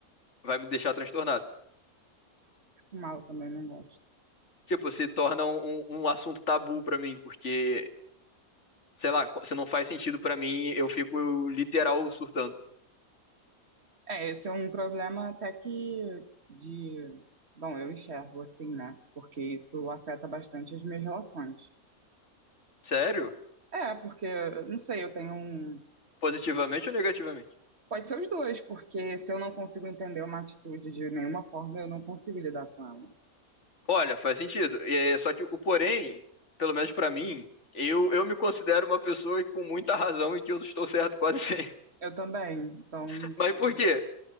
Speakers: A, on the left; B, on the right.
A: vai me deixar transtornado.
B: Fico mal também, não gosto.
A: Tipo, se torna um, um um assunto tabu pra mim, porque sei lá, se não faz sentido pra mim, eu fico literal surtando.
B: É, esse é um problema até que de, bom, eu enxergo assim, né? Porque isso afeta bastante as minhas relações.
A: Sério?
B: É, porque, não sei, eu tenho um.
A: Positivamente ou negativamente?
B: Pode ser os dois, porque se eu não consigo entender uma atitude de nenhuma forma, eu não consigo lidar com ela.
A: Olha, faz sentido. É, só que o porém, pelo menos pra mim, eu, eu me considero uma pessoa com muita razão e que eu estou certo quase sempre.
B: Eu também, então,
A: <laughs> Mas por quê?